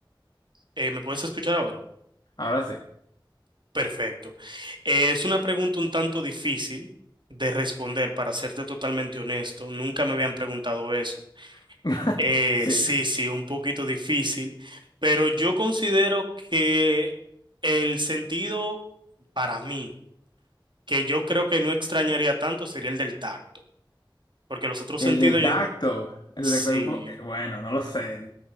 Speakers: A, on the right; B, on the left.
A: Eh, ¿me puedes escuchar ahora?
B: Ahora sí.
A: Perfecto. Eh, es una pregunta un tanto difícil de responder, para serte totalmente honesto. Nunca me habían preguntado eso.
B: <laughs>
A: Eh,
B: Sí.
A: sí, sí, un poquito difícil, pero yo considero que el sentido para mí, que yo creo que no extrañaría tanto, sería el del tacto, porque los otros
B: El
A: sentidos,
B: del
A: yo
B: tacto.
A: en-
B: El
A: sí.
B: del tacto. es eh, Bueno, no lo sé.